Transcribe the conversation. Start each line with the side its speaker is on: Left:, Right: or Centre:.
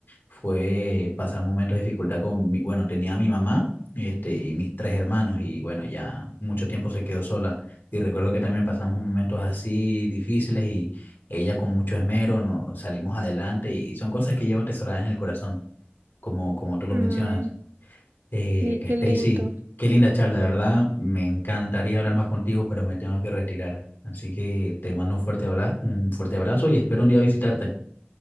Left: fue pasar momentos de dificultad con, mi- bueno, tenía a mi mamá, este, y mis tres hermanos, y bueno, ya mucho tiempo se quedó sola, y recuerdo que también pasamos momentos así difíciles, y ella con mucho esmero nos salimos adelante, y son cosas que llevo atesoradas en el corazón, como, como tú lo
Right: Mm,
Left: mencionas. Eh,
Right: sí,
Left: Stacy,
Right: qué lindo.
Left: qué linda charla, de verdad. Me encantaría hablar más contigo, pero me tengo que retirar. Así que te mando un fuerte abla- un fuerte abrazo y espero un día visitarte.